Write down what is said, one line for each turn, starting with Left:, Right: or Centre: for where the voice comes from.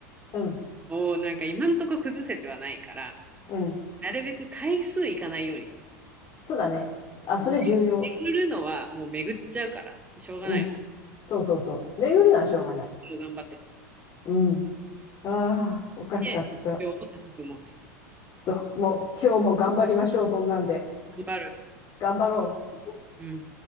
Left: うん。
Right: を、なんか今んとこ崩せてはないから、
Left: うん。
Right: なるべく回数いかないようにしてる。
Left: そうだね。あ、
Right: そうめ
Left: それ重要。
Right: 巡るのはもう巡っちゃうから、しょうがないもん。
Left: うん。そうそうそう。巡るのはしょうがない。
Right: 頑張ってき
Left: うん。ああ、おかしかった。
Right: て、目標を高く持つ。
Left: そう。もう今日も頑張りましょう、そんなんで。
Right: 頑張る。
Left: 頑張ろう。
Right: うん。